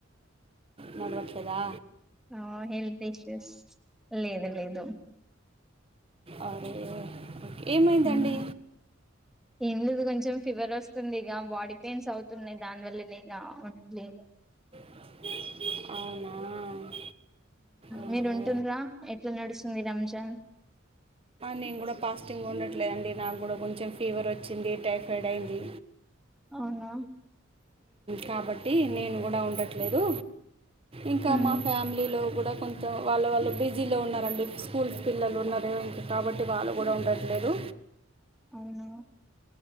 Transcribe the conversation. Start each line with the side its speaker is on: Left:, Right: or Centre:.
Right: మడు వచ్చదా
Centre: ఆ హెల్త్ ఇష్యూస్ లేదు లేదు
Right: అరోజు ఏమైందండి
Centre: ఉమ్. ఏం లేదు కొంచెం ఫీవర్ వస్తుంది ఇక బాడీ పెయిన్స్ అవుతున్నాయి దాని వల్లనే ఇ ఉంటలేదు
Right: అవునా ఓహో.
Centre: మీరు ఉంటుండ్రా ఎట్లా నడుస్తుంది రంజాన్
Right: నేను కూడా ఫాస్టింగ్ ఉండట్లేదుండి నాకు కూడా కొంచెం ఫీవర్ వచ్చింది టైఫాయిడ్ అయింది
Centre: అవునా
Right: కాబట్టి నేను కూడా ఉండట్లేదు ఇంకా
Centre: ఉమ్,
Right: మా ఫ్యామిలీలో కూడా ఇ కొంతం వాళ్ళ వాళ్ళు బిజీలో ఉన్నారంండి స్కూల్స్ పిల్లలు ఉన్నారు ఏ కాబట్టి టే వాళ్ళు కూడా ఉండట్లేదు
Centre: అవునా